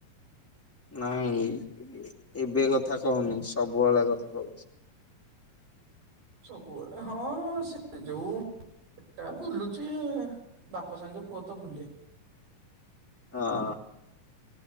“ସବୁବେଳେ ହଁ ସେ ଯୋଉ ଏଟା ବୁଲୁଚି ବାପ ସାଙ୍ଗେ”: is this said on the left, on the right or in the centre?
Right